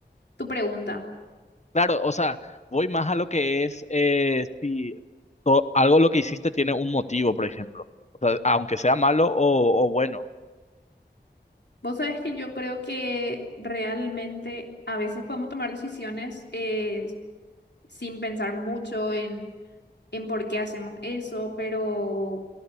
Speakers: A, on the left; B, on the left.
A: tu pregunta.
B: Claro, o sea, voy más a lo que es eh, si to- algo lo que hiciste tiene un motivo, por ejemplo. O sea, aunque sea malo o, o bueno.
A: Vos sabés que yo creo que realmente a veces podemos tomar decisiones eh, sin pensar mucho en, en por qué hacemos eso, pero